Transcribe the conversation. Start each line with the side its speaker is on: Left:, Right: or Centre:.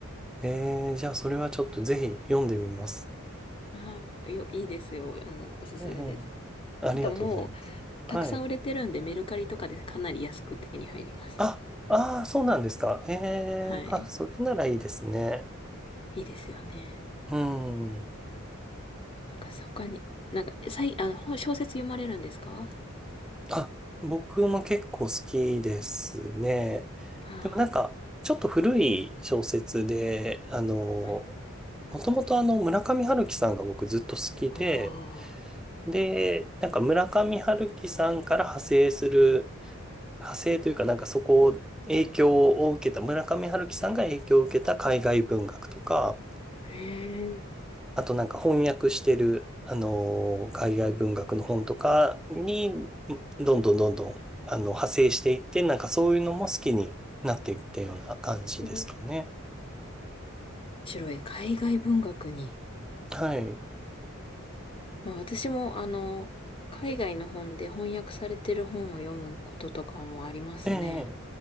Centre: えー、じゃあそれはちょっとぜひ読んでみます。
Left: <laughs> あよ、いいですよ。あの、おすすめです。
Centre: えー、ありがとうございます。
Left: あともう、たくさん売れてるんで、
Centre: はい。
Left: メルカリとかでかなり安く手に入ります。
Centre: あ、ああ、そうなんですか。えー、
Left: はい。
Centre: あ、それならいいですね。
Left: いいですよね。
Centre: うん。
Left: なんかさ、他に、なんか、さい、あの、本小説読まれるんですか
Centre: あ、僕も結構好きですね。
Left: あ
Centre: でもなんか、ちょっと古い小説で、あの、も
Left: あはい。
Centre: ともとあの、村上春樹さんが僕ずっと好きで、
Left: おー。
Centre: で、なんか村上春樹さんから派生する、派生というかなんかそこを影響を受けた、村上春樹さんが影響を受けた海外文学とか、
Left: へえ。
Centre: あとなんか翻訳してる、あのー海外文学の本とかに、どんどんどんどん、あの、派生していって、なんかそういうのも好きになっていったような感じですかね。
Left: 面白い。海外文学に。
Centre: はい。
Left: まあ私もあの、海外の本で翻訳されてる本を読むこととかもありますね。
Centre: ええ。